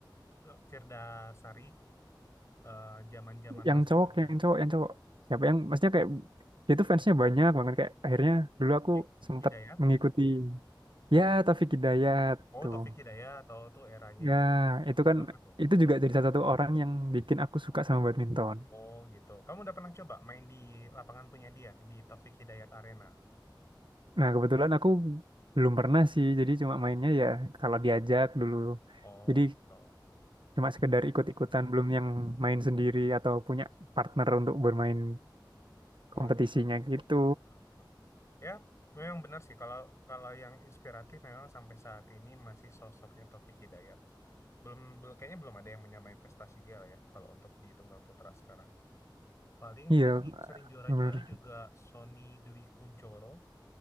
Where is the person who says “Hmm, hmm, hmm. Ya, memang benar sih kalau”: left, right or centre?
Left